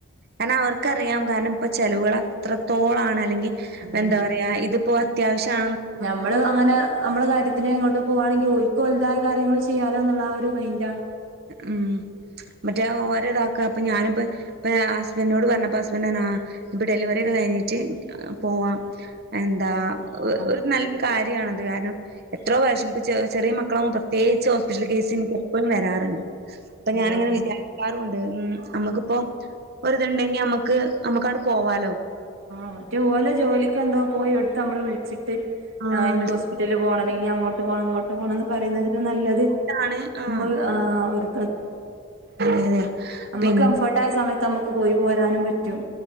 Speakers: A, on the right; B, on the right.
A: കാരണം അവർക്കറിയാം കാരണം ഇപ്പ ചെലവുകൾ അത്രത്തോളാണ്. അല്ലെങ്കി
B: ഉം
A: എന്താ പറയാ ഇത്പ്പോ അത്യാവശ്യാണ്.
B: നമ്മള് അങ്ങനെ നമ്മള് കാര്യത്തിന് എങ്ങോട്ട് പോവാണെങ്കി ഓൽക്ക് ഓൽതായ കാര്യങ്ങള് ചെയ്യാലോ ഇന്നുള്ള ആ ഒരു മൈയ്ന്റാണ്.
A: ഉം മറ്റെ ഓരെതാക്ക അപ്പൊ ഞാനിപ്പം. അപ്പം ഹസ്ബൻറ്റിനോട് പറഞ്ഞപ്പോ ഹസ്ബന്റ് പറ്ഞ്ഞ്. ആ ഇപ്പൊ ഡെലിവറി ഒക്കെ കഴിഞ്ഞിട്ട് പോവാം. എന്താ
B: ആ
A: ഒരു നൽ കാര്യാണത്. കാരണം എത്രാേ പ്രാവശം ഇപ്പൊ ചെ ചെറിയ മക്കള്ആവുമ്പം പ്രത്യേയിച്ച് ഹോസ്പിറ്റൽ കേസ് ഇനക്ക്. എപ്പഴും വരാറ്ണ്ട്. ഇപ്പ
B: അതാണ്
A: ഞാനിങ്ങനെ വിചാ കാറൂണ്ട്. ഉം അമ്മുക്ക്പ്പൊ ഒര്ത്ണ്ടെങ്കി നമ്മുക്ക് നമ്മുക്ക് അണ്ട് പോവാലൊ.
B: ആ ഒറ്റെ ജോലിക്ക് എന്തോ പോയി എടുത്ത് നമ്മള് വിളിച്ചി
A: ആ
B: ഇൻക്ക്
A: വിളിച്ച്
B: ഹോസ്പിറ്റലില് പോണം. അല്ലെങ്കി അങ്ങോട്ട് പോണം ഇങ്ങോട്ട് പോണം എന്ന് പറയുന്നത്. നല്ലത്
A: ട്ടാണ് ആഹ്
B: നമ്മള് ആ ഒരു
A: അതെ
B: നമ്മക്ക്
A: പിന്നെ
B: കംഫർട്ടായ സമയത്ത് നമുക്ക് പോയി പോരാനും പറ്റും.